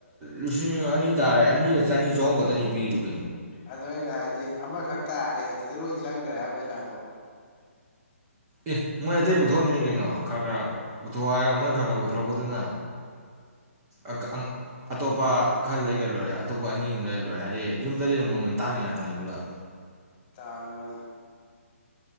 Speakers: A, on the right (about 20°); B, on the left (about 20°).
A: ꯂꯤꯁꯤꯡ ꯑꯅꯤ ꯇꯥꯔꯦ ꯑꯅꯤꯒ ꯆꯅꯤ ꯆꯍꯨꯝ ꯈꯛꯇꯅꯤ ꯄꯤꯔꯨꯕ
B: ꯑꯗꯣ ꯑꯩꯅ ꯍꯥꯏꯗꯤ ꯑꯃꯈꯛ ꯇꯥꯔꯦ ꯑꯗꯨꯗ ꯂꯣꯏ ꯆ- ꯆꯪꯒ꯭ꯔꯦ ꯍꯥꯏꯕ ꯄꯩꯁꯥꯗꯣ
A: ꯑꯦ ꯃꯣꯏ ꯑꯇꯩ ꯄꯨꯊꯣꯛꯍꯟꯗꯣꯏꯅꯤ ꯀꯩꯅꯣ ꯈꯔ-ꯈꯔ ꯄꯨꯊꯣꯛꯑꯣ ꯍꯥꯏꯔꯒ ꯃꯣꯏ ꯈꯔ-ꯈꯔ ꯄꯨꯊꯣꯔꯛꯄꯗꯨꯅ ꯑ-ꯑꯪ ꯑꯇꯣꯞꯄ ꯈꯔ ꯂꯩꯒ꯭ꯔ ꯂꯣꯏꯔꯦ ꯑꯇꯣꯞꯄ ꯑꯅꯤ ꯑꯨꯝ ꯂꯩꯔ ꯂꯣꯏꯔꯦ ꯍꯥꯏꯗꯤ ꯌꯨꯝꯗꯗꯤ ꯑꯗꯨꯝ ꯃꯃꯜ ꯇꯥꯡꯉꯤ ꯉꯥꯛꯇꯅꯤ ꯄꯨꯂꯞ
B: ꯇꯥꯡꯕꯅꯤ